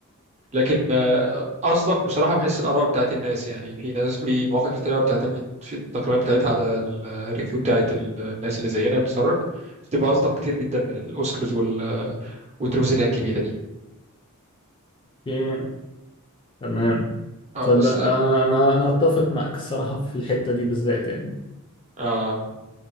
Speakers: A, on the right; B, on the left.
A: لكن آه، اصدق بصراحه بحس الاراء بتاعت الناس يعني في ناس في مواقع كتير قوي بتعتمد في التقييمات بتاعتها على ال- الريفيو بتاعت ال- الناس اللي زينا بتتفرج بتبقى اصدق كتير جدا من الاوسكارز وال والتروفيز اللي هي الكبيره دي
B: ايه تمام
A: اه
B: تصدق
A: بس
B: انا انا انا اتفق معاك الصراحة في الحتة دي بالذات يعني
A: آه